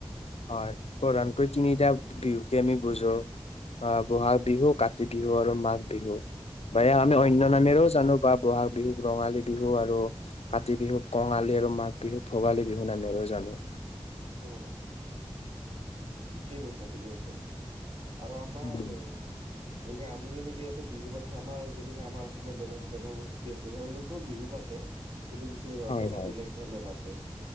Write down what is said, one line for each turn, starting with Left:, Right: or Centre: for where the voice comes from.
Left: হয় প্ৰধানকৈ তিনিটা বিহুকে আমি বুজো। অ', বহাগ বিহু, কাতি বিহু আৰু মাঘ বিহু বা আমি
Right: অ
Left: অন্য
Right: অ
Left: নামেৰেও জানো। বা বহাগ বিহুক ৰঙালী বিহু আৰু কাতি বিহুক কঙালী আৰু মাঘ বিহুক ভোগালী বিহু নামেৰেও জানো।
Right: উম ঠিকেই কৈছা তুমি একদম আৰু আমাৰ
Left: উম,
Right: এনেকে আমি যেনেকে ইয়াতে বিহু পাতিছো আমাৰ যেনেকে আমাৰ অসমৰ বেলেগ জনগোষ্ঠী আছে সেওঁলোকো বিহু পাতে। কিন্তু কিছু সিহঁতে
Left: হয়
Right: অলপ
Left: হয়
Right: বেলেগ ধৰণে পাতে।